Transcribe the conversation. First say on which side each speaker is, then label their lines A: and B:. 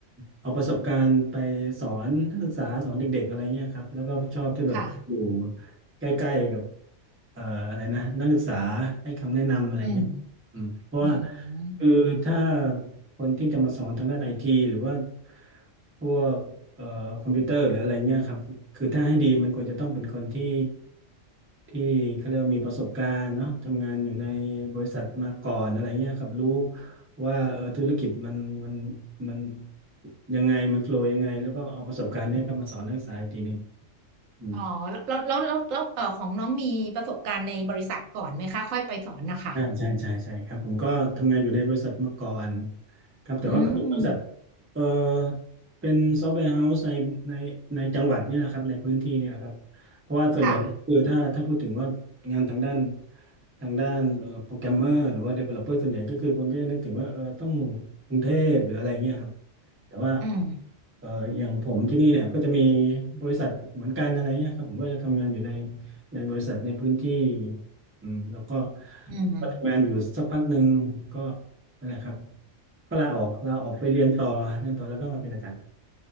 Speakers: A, on the right; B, on the right.
A: เอาประสบการณ์ไปสอนนักศึกษาสอนเด็กๆอะไรเงี้ยครับแล้วก็ชอบที่แบบอยู่
B: ค่ะ
A: ใกล้ๆกับเอ่ออะไรนะนักศึกษาให้คำแนะนำอะไรเงี้ย
B: อืม
A: อืมเพราะว่า
B: อืม
A: คือถ้าคนที่จะมาสอนทางด้านไอทีหรือว่าพวกเอ่อคอมพิวเตอร์หรืออะไรเงี้ยครับคือถ้าให้ดีมันควรจะต้องเป็นคนที่ที่เขาเรียกว่ามีประสบการณ์เนาะทำงานอยู่ในบริษัทมาก่อนอะไรเงี้ยครับรู้ว่าเออธุรกิจมันมันมันยังไงมันโฟลว์ยังไงแล้วก็เอาประสบการณ์เนี้ยครับมาสอนนักศึกษาอีกทีหนึ่งอืม
B: อ๋อแล้วแล้วแล้วแล้วแล้วเอ่อของน้องมีประสบการณ์ในบริษัทก่อนไหมคะค่อยไปสอนนะคะ
A: ใช่าใช่ใช่ใช่ครับผมก็ทำงานอยู่ในบริษัทมาก่อนครับแต่ว่าก็เป็นบริษัท
B: อืม
A: เออเป็นซอฟต์แวร์เฮาส์ในในในจังหวัดนี่แหละครับในพื้นที่นี่แหละครับเพราะว่าส่วนใหญ่ก็คือถ้าถ้าพูดถึงว่างานทางด้าน
B: ค่ะ
A: ทางด้านเอ่อโปรแกรมเมอร์หรือว่า Developer ส่วนใหญ่ก็คือคนก็จะนึกถึงว่าเออต้องกรุงเทพหรืออะไรเงี้ยครับ แต่ว่า
B: อืม
A: เอ่ออย่างผมที่นี่เนี่ยก็จะมีบริษัทเหมือนกันอะไรเงี้ยครับผมก็จะทำงานอยู่ในในบริษัทในพื้นที่อืมแล้วก็
B: อืม
A: ก็ทำงานอยู่สักพักหนึ่งก็นั่นแหละครับก็ลาออกลาออกไปเรียนต่อเรียนต่อแล้วก็มาเป็นอาจารย์